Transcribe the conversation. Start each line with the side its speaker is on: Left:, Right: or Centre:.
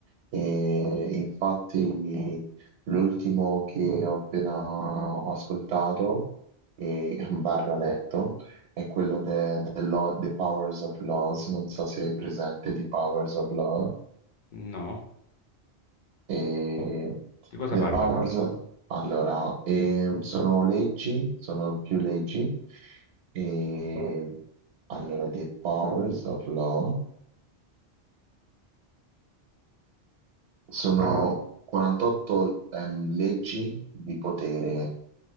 Right: e infatti l'ultimo che ho appena ho ascoltato e <laughs> barra letto è quello de- de Law- The Powers of Laws, non so se hai presente The Powers of Law.
Left: No?
Right: E
Left: Di cosa
Right: The
Left: parla?
Right: Powers, allora, ehm, sono leggi, sono più leggi. E allora, The Powers of Law. Sono 48 ehm, leggi di potere,